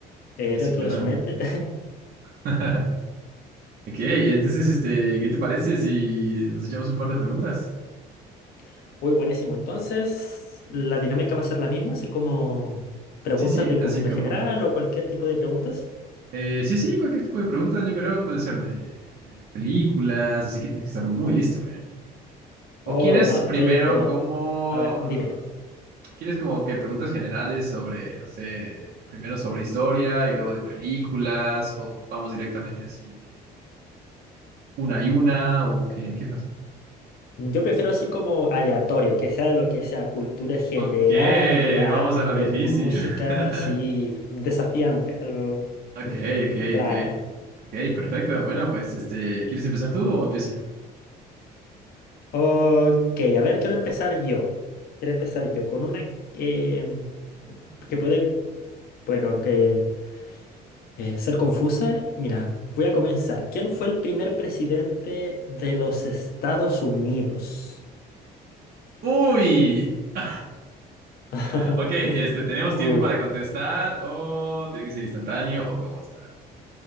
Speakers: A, on the left; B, on the right.
A: eh,
B: Sí, sí,
A: dentro
B: claro.
A: de su mente.
B: <laughs> Ok, entonces, este, ¿qué te parece si nos echamos un par de preguntas?
A: <laughs> Uy, buenísimo. Entonces, la dinámica va a ser la misma, así como preguntas
B: Sí, sí,
A: de
B: así
A: cultura
B: como...
A: general o cualquier tipo de preguntas.
B: eh, sí, sí, cualquier tipo de preguntas, yo creo, puede ser de, de películas, así que tienes que estar muy listo, ¿eh? ¿O
A: Oh,
B: quieres
A: no, estoy,
B: primero
A: pero
B: como...
A: a ver,
B: mm,
A: dime.
B: ¿Quieres como que preguntas generales sobre, no sé, primero sobre historia y luego de películas? ¿O vamos directamente así de que una y una? ¿O qué, qué pasa?
A: Yo prefiero así como aleatorio, que sea de lo que sea, cultura general,
B: Ok,
A: de arte,
B: vamos a lo difícil.
A: música, sí,
B: <laughs>
A: desafiante, algo
B: Ok, ok,
A: claro.
B: ok. Ok, perfecto. Bueno, pues este, ¿quieres empezar tú o empiezo yo?
A: Ok, a ver, quiero empezar yo. Quiero empezar yo con una que, que puede, bueno, que eh, ser confusa. Mira, voy a comenzar. ¿Quién fue el primer presidente de los Estados Unidos?
B: ¡Uy! <laughs>
A: <laughs>
B: Ok, este, ¿tenemos tiempo
A: Uy.
B: para contestar o tiene que ser instantáneo o cómo está?